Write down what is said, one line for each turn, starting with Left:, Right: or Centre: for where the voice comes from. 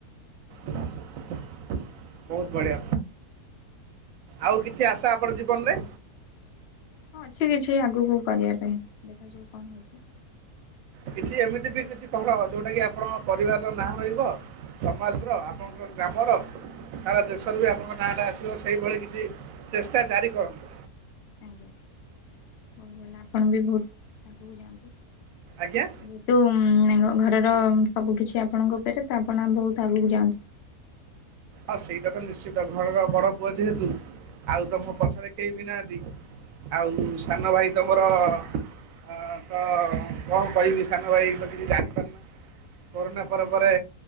Right: ବହୁତ ବଢ଼ିଆ। ଆଉ କିଛି ଆଶା ଆପଣ ଜୀବନ ରେ।
Left: ହଁ ଅଛି କିଛି ଆଗକୁ କରିବା ପାଇଁ ଦେଖାଯାଉ କଣ ହେଉଚି।
Right: କିଛି ଏମିତି ବି କିଛି କର ଯୋଉଟା କି ଆପଣଙ୍କ ପରିବାର ର ନାଁ ରହିବ। ସମାଜର
Left: ଆଜ୍ଞା
Right: ଆପଣଙ୍କ
Left: ଆଜ୍ଞା
Right: ଗ୍ରାମର। ସାରା ଦେଶରେ ବି ଆପଣଙ୍କ ନାଁଟା ଆସିବ ସେହିଭଳି କିଛି ଚେଷ୍ଟା ଜାରି କରନ୍ତୁ।
Left: ଆଜ୍ଞା ବହୁତ ଭଲ ଆପଣ ବି ବହୁତ ଆଗକୁ ଯାଆନ୍ତୁ।
Right: ଆଜ୍ଞା।
Left: ଯେହେତୁ ଘରର ସବୁ କିଛି ଆପଣଙ୍କ ଉପରେ ତ ଆପଣ ବହୁତ ଆଗକୁ ଯାଆନ୍ତୁ।
Right: ଆ ସେଇଟା ତ ନିଶ୍ଚିତ ଘର ର ବଡ଼ପୁଅ ଯେହେତୁ ଆଉ ତ ମୋ ପଛରେ କେହି ବି ନାହାଁନ୍ତି ଆଉ ସାନ ଭାଇ ତ ମୋର ଅ କ କଣ କହିବି ସାନ ଭାଇ ତ କିଛି ଜାଣି କରୋନା ପରେ ପରେ